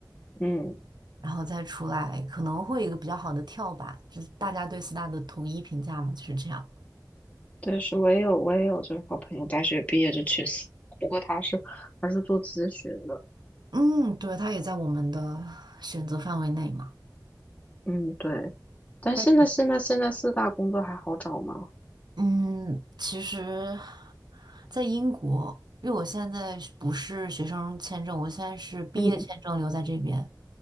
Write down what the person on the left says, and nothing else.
嗯，
对，是我也有我也有就是好朋友大学毕业就去死，不过他是他是做咨询的，
嗯，对。但现在现在现在四大工作还好找吗？
嗯